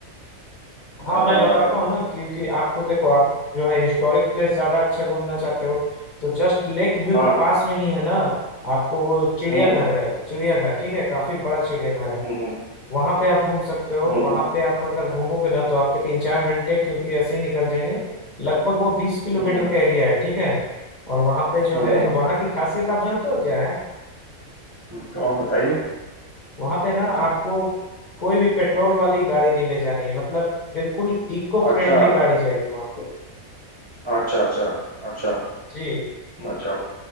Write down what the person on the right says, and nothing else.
आ,
हाँ
हम्म हम्म
हम्म
हम्म हम्म
हम्म
हम्म,
हम्म,
हम्म,
हम्म, तो आप बताइए
अच्छा
अच्छा अच्छा अच्छा
अच्छा